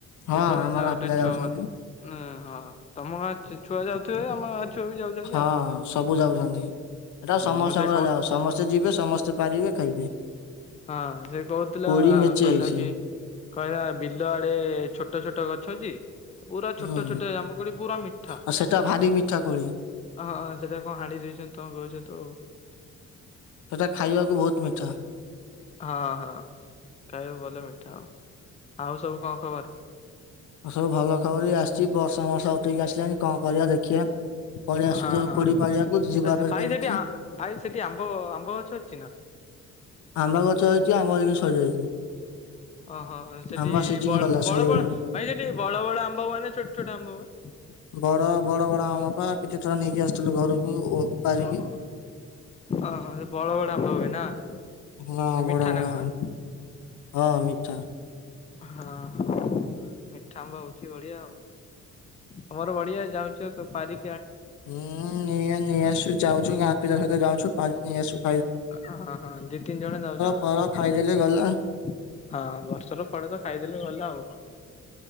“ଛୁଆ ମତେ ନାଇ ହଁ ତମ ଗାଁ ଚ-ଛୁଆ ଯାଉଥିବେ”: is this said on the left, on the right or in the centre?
Left